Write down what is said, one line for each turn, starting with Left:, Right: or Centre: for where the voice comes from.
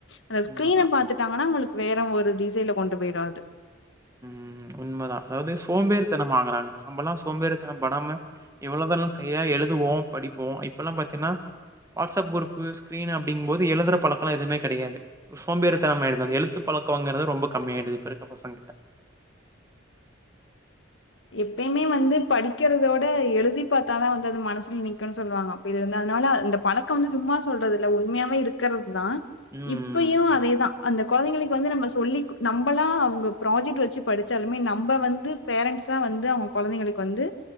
Left: அந்த
Right: உண்மதான்.
Left: ஸ்க்ரீன்ன பாத்துட்டாங்கன்னா உங்களுக்கு வேற ஒரு திசையில கொண்டு போயிடும் அது
Right: உம் உண்மதான் அதாவது சோம்பேறித்தனம் ஆகுறாங்க நம்மல்லாம் சோம்பேறித்தனம் படாம எவ்வளவுதானும் கைல எழுதுவோம் படிப்போம் இப்பெல்லாம் பாத்தீங்கன்னா வாட்ஸ்அப் குரூப்பு ஸ்கிரீன் அப்படிங்கும் போது எழுதுற பழக்கம் எதுவுமே கெடையாது சோம்பேறித்தனம் ஆயிடுது அந்த எழுத்து பழக்கங்கறத ரொம்ப கம்மியாயிடுது இப்பெறக்க பசங்க கிட்ட
Left: எப்பயுமே வந்து படிக்கிறதோட எழுதி பாத்தாதான் வந்து அது மனசுல நிக்கும்னு சொல்லுவாங்க அப்ப இது இருந்து அதனால அந்த பழக்கம் வந்து சும்மா சொல்றது இல்ல உண்மயாவே இருக்றதுதான்
Right: ம்.
Left: இப்பயும் அதேதான் அந்த கொழந்தைங் வந்து நம்ம சொல்லி நம்மல்லாம் அவங்க ப்ராஜெக்ட் வச்சு படிச்சாலுமே நம்ம வந்து பேரண்ட்ஸா வந்து அவங்க கொழந்தைங்களுக்கு வந்து